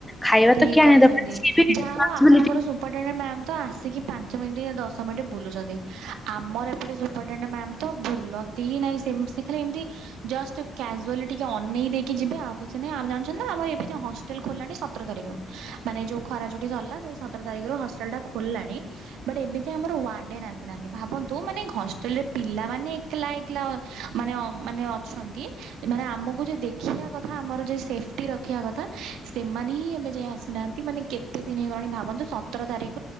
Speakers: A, in the centre; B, on the right.
A: ଖାଇବା
B: ଠିକ
A: ତ କିଏ
B: କହିଛନ୍ତି,
A: ଆଣିବା ଦରକାର ସିଏ ବି ରେସପନସିବିଲିଟି
B: ଯାହା ହଉ ଆପଣଙ୍କର ସୁ <unintelligible> ଆସି ମିନିଟ ବୁଲୁଚନ୍ତି, ଆମର ଏପଟେ ତ ଭୁଲନ୍ତି ହି ନାଇଁ, ସେ ଖାଲି ଏମିତି ଜଷ୍ଟ କାଜୁଆଲି ଟିକେ ଅନେଇ ଦେଇ କି ଯିବେ, ଆଉ କିଛି ନାହିଁ, ଆ ଜାଛନ୍ତି ନା, ଆମର ଏବେ ଯ ହଷ୍ଟେଲ ଖୋଲାଣି ସତର ତାରିଖରୁ, ମାନେ ଯୋଉ ଖରାଛୁଟି ସରିଲା, ସେ ସତର ତାରିଖରୁ ହଷ୍ଟେଲ ଟା ଖୋଲିଲାଣି । ବଟ ଏବେ ଯାଇ ଆମର ୱାର୍ଡେନ ଆସିନାହାନ୍ତି, ଭାବନ୍ତୁ ମାନେ ହଷ୍ଟେଲ ରେ ପିଲାମାନୋନେ ଏକଲା ଏକଲା ମାନେ, ମାନେ ମାନେ ଆମକୁ ଦେଖଥା ଆମର ସେଟି ର କଥା, ସେମାନେ ଏବେ ଯାଇ ଆସିନାହାନ୍ତି, ମାନେ କେତେ ଦିନଇଗଲାଣି ଭାବନ୍ତୁ, ସତର ତାରିଖ